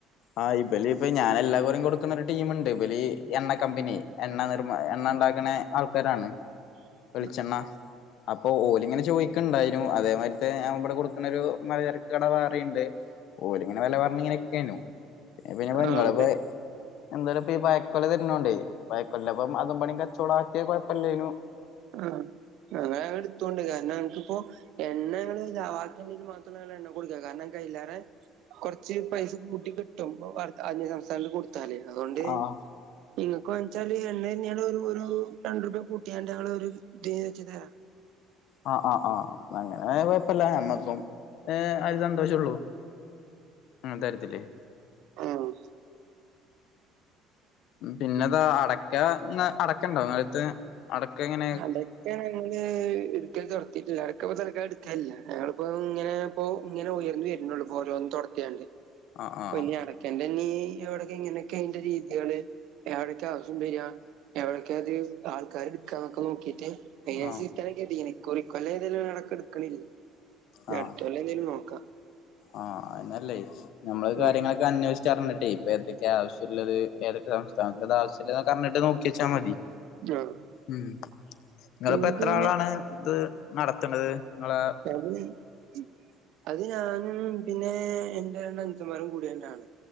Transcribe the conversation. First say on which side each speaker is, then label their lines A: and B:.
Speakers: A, on the left (about 65°); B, on the right (about 65°).
A: ആഹ് ഇബലി ഇപ്പൊ ഞാൻ എല്ലാകൊല്ലം കൊടുക്കുന്ന ഒരു ടീമുണ്ട് ഇബലി എണ്ണ കമ്പനി എണ്ണ നിർമ എണ്ണ ഉണ്ടാക്കണ ആൾക്കാരാണ്
B: <inaudible>
A: വെളിച്ചെണ്ണ അപ്പൊ ഓര് ഇങ്ങനെ ചോദിക്കണ്ടായി നു അതേ മാ ര്യ ത്തെ ഞൻ ഇവിടെ കൊടുക്കണെ ഒരു മലചരക്ക് കട വേറുണ്ട് ഓര് ഇങ്ങനെ വില പറഞ്ഞിങ്ങനെക്കെ ന്നു പിന്നെ
B: ആഹ്
A: നിങ്ങളപ്പോ
B: ഓലെ
A: എന്തായാലും ഇപ്പ ഈ പയക്കൊല തരുന്നോണ്ടേ പയകൊല അപ്പം അതും പാണ കച്ചവടം ആക്കിയ കുഴപ്പല്ലേനു
B: ആ ഞങ്ങ എടുത്തോ ണ്ട് കാരണം എനക്കിപ്പോ എണ്ണങ്ങള് ക്കിയ എന്തെങ്കിൽ മാത്രംങ്ങ എണ്ണ കൊടുക്കുക കാരണം കയില്ലാറെ കൊറച്ച് പൈസ കൂട്ടി കിട്ടും അന്യ സംസ്ഥാനൽ കൊടുത്താലേ അതുകൊണ്ട്
A: ആഹ്
B: നിങ്ങക്ക് വെച്ചാല് എണ്ണ തന്നെയ ഒരു രണ്ട് രൂപ കൂട്ടിയാണ്ട് ഞങ്ങ ഒരു ഇത് വെച്ച തരാം
A: ആഹ് ആഹ് ആഹ് അങ്ങനെയാൽ കൊയപ്പല്ല നമ്മക്കും ഏ അത് സന്തോഷംള്ളൂ മ് തരത്തില്ലേ
B: ആഹ്
A: പിന്നെതാ അടക്ക അടക്ക ഉണ്ടാവും നേരുത്തെ അടക്കങ്ങനെ
B: അടക്കാങ്ങനെ ഞങ്ങള് ഇടുക്ക തുടങ്ങിട്ടില്ല അടക്ക ഇപ്പ തൽക്കാലം എടുക്കാനില്ല ഞങ്ങളിപ്പോ ഇങ്ങനെ ഇപ്പൊ ഇങ്ങനെ ഉയർന്നു വരുന്നുള്ളൂ ഓരോന്നന്ന് തൊടത്തിയാണ്ട്
A: ആഹ് ആഹ്
B: പ്പ ഇനി അട ന്റെ ഇനി എവിടക്കെ ഇങ്ങനെയൊക്കെ അതിൻ്റെ രീതികള് എവിടക്കെ ആവശ്യം വരിക എവിടക്കെ അത് ആൾക്കാര് ക്കെ നോക്കിട്ട് <unintelligible>
A: ആഹ്
B: ഇക്കുറി ഇക്കൊല്ല ഏതാലും അടക്ക എടുക്കണില്ല ഇനി
A: ആഹ്
B: അടുത്ത കൊല്ലം എന്തേലും നോക്കാം
A: ആഹ് ആ നല്ലേ നമ്മള്
B: ഉം
A: കാര്യങ്ങളൊക്ക അന്വേഷച്ച് അറിഞ്ഞിട്ടേ ഇപ്പ ഏതൊക്കെ ആവശ്യള്ളത് ഏതൊക്കെ സംസ്ഥാനത അത് ആവശ്യള്ളതൊക്കെ അറഞ്ഞിട്ട് നോക്കിയച്ചാ മതി
B: ആ
A: ഉം നിങ്ങളിപ്പോ
B: നിങ്ങക്ക്
A: എത്ര ആളാണ്
B: പിന്നെ
A: ഇത് നടത്ത്ണത് ഇങ്ങളെ
B: <unintelligible> അത് ഞാനും പിന്നെ എന്റെ രണ്ട് അനുജന്മാരും കൂടിയാണ്